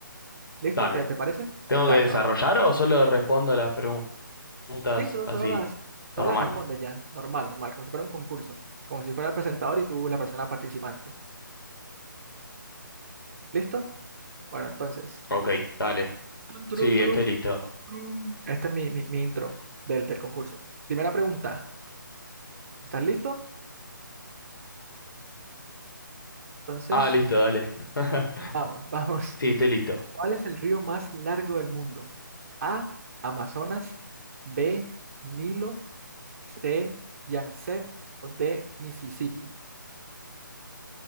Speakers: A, on the right; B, on the left.
A: ¿Listo?
B: dale.
A: ¿Te, te parece?
B: ¿Tengo
A: Dale,
B: que desarrollar
A: vale.
B: o solo respondo las preguntas
A: Sí, solo,
B: así?
A: solo las, todas
B: Normal.
A: las respondes ya, normal, normal, como si fuera un concurso, como si fuera el presentador y tú la persona participante. ¿Listo? Bueno, entonces.
B: Ok, dale.
A: Tun, turun,
B: Sí,
A: turun,
B: estoy
A: turun,
B: listo.
A: turun. Este es mi, mi- mi intro del, del concurso. Primera pregunta. ¿Estás listo? Entonces,
B: Ah, listo, dale. <laughs>
A: vamos, <laughs> vamos.
B: Sí, estoy listo.
A: ¿Cuál es el río más largo del mundo? A, Amazonas, B, Nilo, C, Yangtze o D, Mississippi.